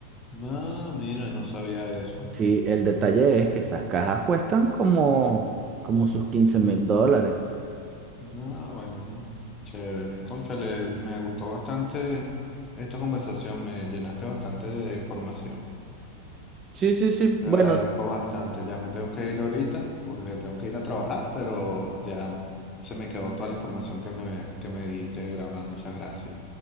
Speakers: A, on the left; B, on the right.
A: Ah, mira, no sabía eso.
B: Sí, el detalle es que esas cajas cuestan como, como sus quince mil dólares.
A: Ah, bueno, chévere. Cónchale, me gustó bastante esta conversación, me llenaste bastante de información.
B: Sí, sí, sí. Bueno,
A: Te agradezco bastante. Ya me tengo que ir ahorita porque tengo que ir a trabajar, pero ya se me quedó toda la información que me, que me dijiste grabada. Muchas gracias.